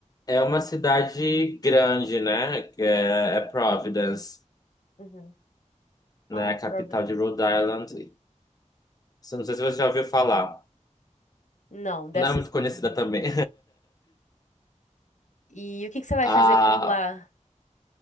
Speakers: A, on the left (about 30°); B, on the left (about 70°).
A: é uma cidade grande, né? Que é, é Providence,
B: uhum.
A: né?
B: Ah,
A: A capital
B: Providence.
A: de Rhode Island. Não sei se você já ouviu falar.
B: Não, dessas.
A: Não é muito conhecida
B: Uhum.
A: também.
B: E o que que você vai
A: <laughs>
B: fazer
A: A,
B: por lá?